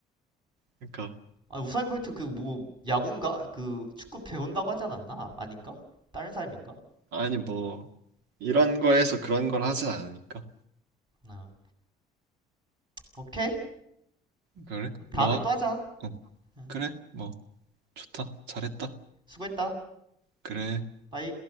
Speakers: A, on the right; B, on the right.
A: 그러니까.
B: 아, 우사인 볼트 그 뭐 야구인가? 그 축구 배운다고 하지 않았나? 아, 아닌가? 다른 사람인가?
A: 아니 뭐 이런 거에서 그런 걸 하진 않으니까.
B: 아. 오케이.
A: 그래?
B: 다음에
A: 뭐?
B: 또 하자.
A: 응.
B: 응.
A: 그래? 뭐 좋다. 잘했다.
B: 수고했다.
A: 그래.
B: 바이.